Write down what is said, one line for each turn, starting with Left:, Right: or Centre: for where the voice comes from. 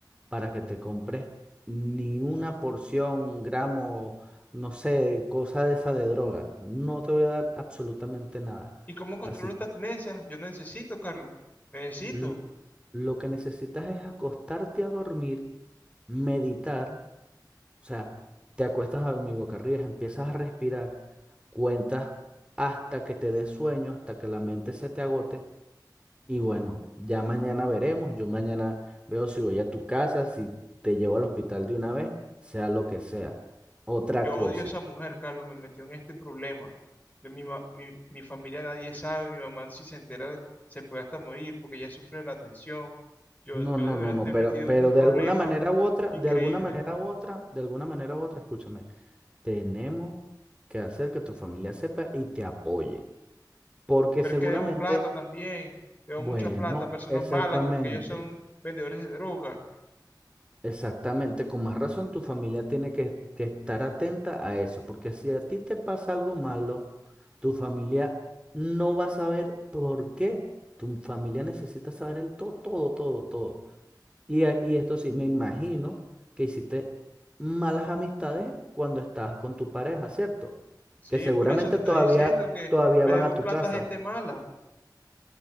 Right: para que te compres ni una porción, un gramo, no sé, cosa de esa de droga. No te voy a dar absolutamente nada.
Left: ¿Y cómo controlo
Right: Así,
Left: esta abstinencia? Yo necesito, Carlos. Necesito.
Right: l- lo que necesitas es acostarte a dormir, meditar o sea, te acuestas a dormir boca arriba, empiezas a respirar, cuentas hasta que te des sueño, hasta que la mente se te agote. Y bueno, ya mañana veremos. Yo mañana veo si voy a tu casa, si te llevo al hospital de una vez, sea lo que sea. Otra
Left: Yo
Right: cosa.
Left: odio a esa mujer, Carlos. Me metió en este problema. Yo- mi, ma- mi, mi familia nadie sabe. Mi mamá si se entera se puede hasta morir porque ella sufre la tensión. Yo,
Right: No,
Left: yo
Right: no,
Left: de verdad
Right: no, no,
Left: estoy
Right: pero,
Left: metido
Right: pero
Left: en un problema
Right: de alguna manera u otra,
Left: increíble.
Right: de alguna manera u otra, de alguna manera u otra, escúchame, tenemos que hacer que tu familia sepa y te apoye. Porque
Left: Pero
Right: seguramente,
Left: es que debo plata también. Debo
Right: bueno,
Left: mucha plata a personas
Right: exactamente.
Left: malas porque ellos son vendedores de droga.
Right: Exactamente, con más razón tu familia tiene que, que estar atenta a eso, porque si a ti te pasa algo malo, tu familia no va a saber por qué. Tu familia necesita saber el to todo, todo, todo. Y, a- y esto sí, me imagino que hiciste malas amistades cuando estabas con tu pareja, ¿cierto?
Left: Sí,
Right: Que seguramente
Left: por eso te estoy
Right: todavía,
Left: diciendo que
Right: todavía
Left: le
Right: van
Left: debo
Right: a
Left: plata
Right: tu casa
Left: a gente mala.